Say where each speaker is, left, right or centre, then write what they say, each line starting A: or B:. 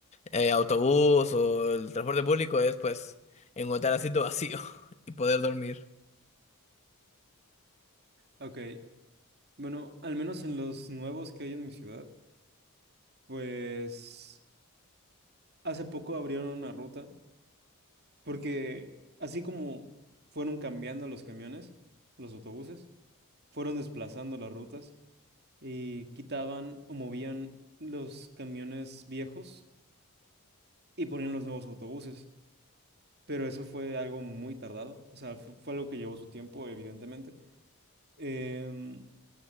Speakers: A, on the left; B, on the right.
A: eh, autobús o el transporte público es, pues, encontrar asiento vacío <laughs> y poder dormir.
B: ok. Bueno, al menos en los nuevos que hay en mi ciudad, pues hace poco abrieron una ruta, porque así como fueron cambiando los camiones, los autobuses, fueron desplazando las rutas y quitaban o movían los camiones viejos y ponían los nuevos autobuses. Pero eso fue algo muy tardado, o sea, fu- fue, algo que llevó su tiempo, evidentemente. Em,